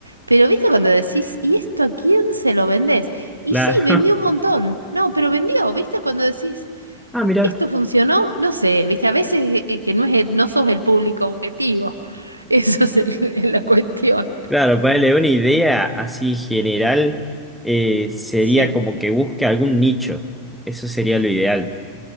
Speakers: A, on the right (about 85°); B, in the centre.
A: pero viste cuando decís, ¿y esto a quién se lo vendés? Y
B: Claro.
A: sí, vendió
B: <laughs>
A: un montón. No, pero vendió, viste cuando decís,
B: Ah, mira.
A: ¿esto funcionó? No sé, viste, a veces eh, eh, que no es, el- no sos el público objetivo. <laughs> Eso es el- <laughs> la cuestión.
B: Claro, ponerle una idea así general eh, sería
A: Sí.
B: como que busque algún nicho. Eso sería lo ideal.